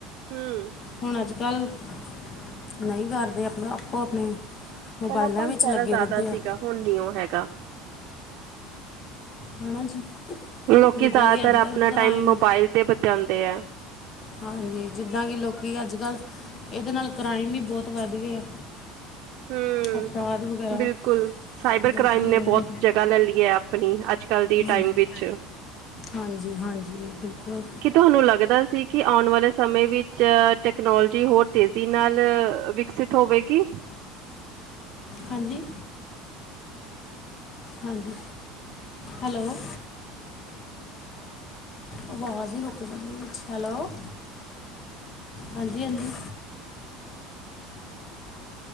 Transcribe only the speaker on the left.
ਹੁਣ ਅੱਜ ਕੱਲ੍ਹ ਨਹੀਂ ਕਰਦੇ ਆਪਣਾ ਆਪੋ ਆਪਣੇ ਮੋਬਾਇਲਾਂ
ਵਿੱਚ ਲੱਗੇ
ਰਹਿੰਦੇ ਆ
ਹ ਨਾ ਜੀ
ਜਿੱਦਾਂ
ਕਿ ਅੱਜ
ਕੱਲ ਕ੍ਰਾਈਮ
ਹਾਂਜੀ ਜਿੱਦਾਂ ਕਿ ਲੋਕੀ ਅੱਜ ਕੱਲ੍ਹ ਇਹਦੇ ਨਾਲ ਕ੍ਰਾਈਮ ਵੀ ਬਹੁਤ ਵੱਧ ਗਏ ਆ
ਅਪਰਾਧ ਵਗੈਰਾ
ਬਹੁਤ
ਹੋ
ਰਹੇ ਹਨ
ਹਾਂਜੀ
ਹਾਂਜੀ ਹਾਂਜੀ ਬਿਲਕੁਲ
ਹਾਂਜੀ ਹਾਂਜੀ ਹੈਲੋ ਆਵਾਜ਼ ਹੀ ਰੋਕ ਹੈਲੋ ਹਾਂਜੀ ਹਾਂਜੀ